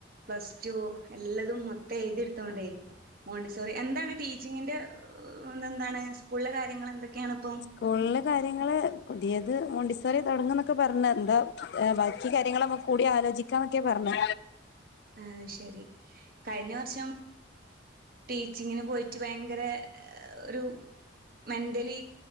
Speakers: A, on the right; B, on the left.
A: പ്ലസ് ടു എല്ലാതും മൊത്തം എഴുതിെടുത്തോണ്ടേ മോണ്ടി സോറി എന്താണ് ടീച്ചിങ്ങിന്റെ ഇത എന്താണ് സ്കൂളിലെ കാര്യങ്ങൾ എന്തൊക്കെയാണ് ഇപ്പ
B: സ്കൂളില് കാര്യങ്ങള് പുതിയത് മോണ്ടിസോറ തടങ്ങ എന്നൊക്കെ പറഞ്ഞ എന്താ ബാക്കി കാര്യങ്ങൾ നമ്മു കൂടി ആലോചിക്ക കിക്കാന്നൊക്കെയാ പറഞ്ഞേ
A: ആഹ് ശരി കഴിഞ്ഞ വർഷം ടീച്ചിങ്ങിന് പോയിട്ട് ഭയങ്കര ഒരു. മെന്റലി